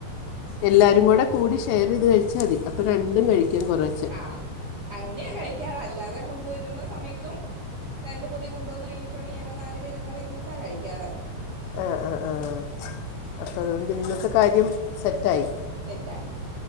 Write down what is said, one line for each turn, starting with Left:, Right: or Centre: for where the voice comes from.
Left: എല്ലാരും കൂടെ കൂടി ഷെയർ ചെയ്ത് കഴിച്ചാ മതി അപ്പൊ രണ്ടും കഴിക്കാൻ കുറേ
Right: ആഹ് അങ്ങനെയാ കഴിക്കാറ അല്ലാതെ കൊണ്ടുവരുന്ന സമയത്തും രണ്ട് പൊതി കൊണ്ടുവന്നു കഴിഞ്ഞിട്ടുണ്ടെിൽ ഞങ്ങ നാല് പേും കൂടെ ഇരുന്നട്ടാണ് കഴിക്കാറ്
Left: ആ ആ ആ അപ്പൊ അതുകൊണ്ട് ഇന്നത്തെ കാര്യം സെറ്റായി
Right: സെറ്റായി